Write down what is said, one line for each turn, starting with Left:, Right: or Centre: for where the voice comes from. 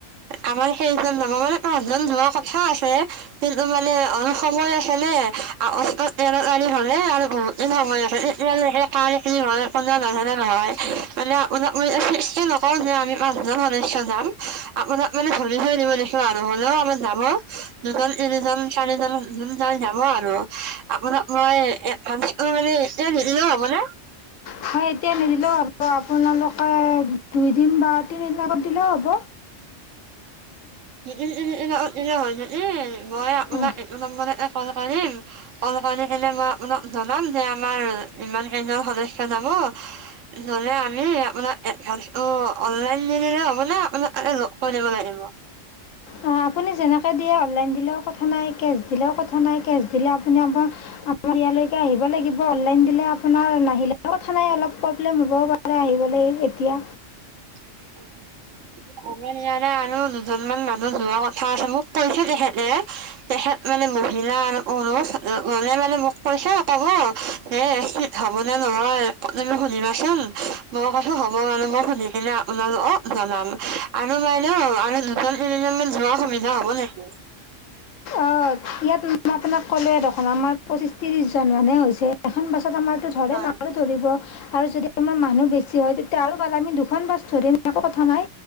Right: আমাৰ সেইজন লগৰ মানে পাঁচজন যোৱাৰ কথা আছে। সেইটো মানে অলপ সময় আছে নে আৰু অষ্ট এ আনি হলে আৰু বহুত। এতিয়ালকে ক ননে নহয় মানে আপোনাক ম ন <unintelligible> কওঁ যে আমি পাঁচজন সদস্য যাম, আপোনাক মানে ধৰি ধৈ দিব লাগিব আৰু হলেও আমাৰ যাব। দুজন, তিনিজন, চাৰিজন যোন যায় যাব আৰু আপোনাক মই এ ভাল অ' মানে এতিয়া নিদিলেও হ'বনে?
Left: হয় এতিয়া নিদিলেও হ'ব, আপোনালোকে দুইদিন বা তিনিদিন আগত দিলেও হ'ব।
Right: দুদিন, তিনিদিন অলপ এনে হৈছে এই, মই আপোনাক
Left: অঁ
Right: এইটো নম্বৰতে কল কৰিম কল কৰি কেনে মই আপোনাক জনাম যে আমাৰ ইমান কেইজন সদস্য যাব নহ'লে আমি আপোনাৰ এডভানষ্টো অনলাইন দিলে হ'ব নে আপোনাক লগ পায় দিব লাগিব?
Left: অ আপুনি যেনেকৈ দিয়ে অনলাইন দিলেও কথা নাই, কেচ দিলেও কথা নাই, কেচ দিলে আপুনি আমাৰ <unintelligible> ইয়াৰলৈকে আহিব লাগিব, অনলাইন দিলে তেনেহ'লে নাহিলেও কথা নাই, অলপ প্ৰব্লেম হ'বও পাৰে আহিবলৈ এতিয়া।
Right: <unintelligible> অমেন ইয়াৰে আৰু দুজনমান মানুহ যোৱা কথা আছে মোক কৈছে তেখেতে তেখেত মানে মহিলা আৰু পুৰুষ অ মানে মোক কৈছে ক'ব এ এফচিত হ'বনে নহয় তুমি সুধিবাচোন? মই কৈছোঁ হ'ব বাৰু মই সুধিম। সেইনা আপোনালোকক জনাম আৰু বাইদেউ আৰু দুজন, তিনিজন মান যোৱাৰ সুবিধা হ'ব লাগিব।
Left: অ' এতিয়া মই আপোনাক কলোৱে দেখোন আমাৰ পঁচিশ, ত্ৰিশজন মানুহে হৈছে। এখন বাছত আমাৰতো ধৰে
Right: হয়
Left: ন ধৰিব আৰু যদি আমাৰ মানুহ বেছি হয় তেত তিয়া আৰু ভাল আমি দুখন বাছ ধৰিম একো কথা নাই,